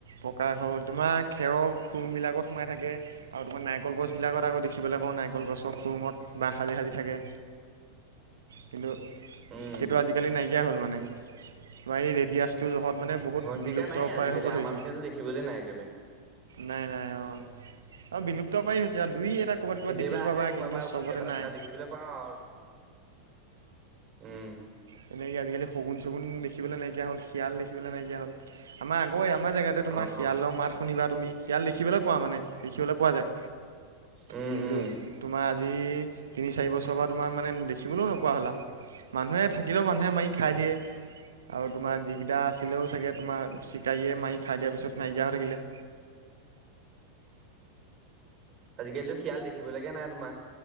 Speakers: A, on the right; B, on the right.
A: পকা ঘৰ হ'ল তোমাৰ খেৰৰ খংবিলাকত সোমাই থাকে। আৰু তোমাৰ নাৰিকল গছবিলাকত আকৌ' দেখিবলৈ পাওঁ। নাৰিকল গছৰ খুৰুঙত বা সাজি সাজি থাকে। কিন্তু,
B: উম
A: সেইটো আজিকালি নাইকিয়াই হ'ল মানে। আৰু <unintelligible> এই ৰেডিয়াছটো জহত মানে বহুত
B: ঘনচিৰিকা
A: বিলুপ্ত
B: নাই
A: কৰাই
B: আজিকালি
A: হ'ব ধৰিছে
B: আমাৰ পিনেতো দেখিবলৈ নাই একেবাৰে
A: নাই নাই অঁ অ বিলুপ্ত পাৰি হৈছে। আৰু দুই এটা ক'ৰবাত ক'ৰবাত
B: কেতিয়াবা
A: দেখিবলৈ
B: আহে
A: পাবা
B: ক'বাপা
A: কিন্তু
B: উৰি
A: চবতে
B: তাত এটা
A: নাই
B: দুটা দেখিবলৈ পাওঁ। আৰু উম'
A: তেনেকে, আজিকালি শগুন চগুন দেখিবলৈ নাইকিয়া হ'ল শিয়াল দেখিবলে নাইকিয় হ'ল। আমাৰ আগ আমাৰ জেগাতে তোমাৰ
B: অ অ
A: শিয়ালৰ মাত শুনিবা। তুমি শিয়াল দেখিবলৈ পোৱা মানে দেখিবলৈ পোৱা যায়।
B: উম
A: কিন্তু,
B: উম
A: তোমাৰ আজি। আজি তিনি চাৰি বছৰ পৰা তোমাৰ মানে দেখিবলৈও নোপোৱা হ'বলা মানুহে, থাকিলেও মানুহে মাৰি খাই দিয়ে। আৰু তোমাৰ যিকেইটা আছিলেও চাগৈ তোমাৰ চিকাৰীয়ে মাৰি খাই দিয়াৰ পিছত নাইকিয়া হৈ থাকিলে।
B: আজিকালিতো শিয়াল দেখিবলৈকে নাই তোমাৰ।